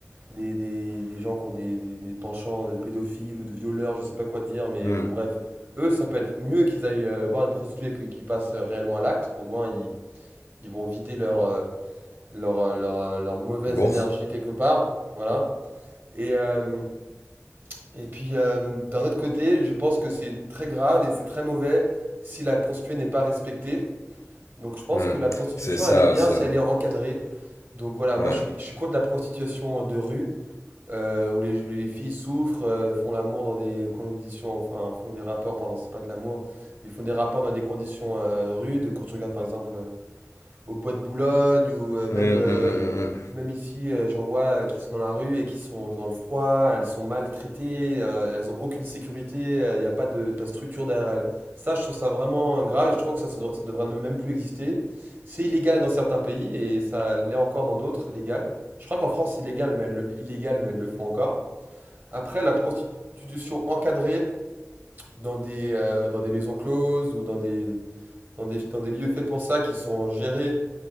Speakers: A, on the right; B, on the left.
A: des, des- des gens qui ont des, des- des penchants de pédophiles ou de violeurs, je sais pas quoi te dire, mais
B: Mm.
A: bon, bref. Eux, ça peut être mieux qu'ils aillent euh, voir une prostituée qui, qui passe euh, réellement à l'acte. Au moins, ils, ils vont vider leur, euh, leur, euh, leur, euh, leur mauvaise
B: Bourse.
A: énergie quelque part. Voilà. Et, euh, et puis, euh, d'un autre côté, je pense que c'est très grave et c'est très mauvais si la prostituée n'est pas respectée. Donc, je pense
B: Mm.
A: que la prostitution,
B: C'est ça,
A: elle est bien
B: c'est...
A: si elle est encadrée. Donc voilà, moi
B: Ouais.
A: je suis, je suis contre la prostitution de rue euh, où les, où les filles souffrent, euh, font l'amour dans des conditions, enfin font des rapports, pardon, c'est pas de l'amour, mais font des rapports dans des conditions euh, rudes. Quand tu regardes par exemple euh, au Bois de Boulogne ou euh, même,
B: Mm,
A: euh,
B: mm,
A: même ici, euh, j'en vois euh, qui sont dans la rue et qui sont dans le froid, elles sont maltraitées, euh, elles ont aucune sécurité, il n'y a pas de, de structure derrière elles. Ça, je trouve ça vraiment euh, grave et je trouve que ça, se devra- ça devrait ne même plus exister. C'est illégal dans certains pays et ça l'est encore dans d'autres, légal. Je crois qu'en France, c'est légal, mais elles le, illégal, mais elles le font encore. Après, la prostitution encadrée dans des, euh, dans des maisons closes ou dans des, dans des, dans des lieux faits pour ça qui sont gérés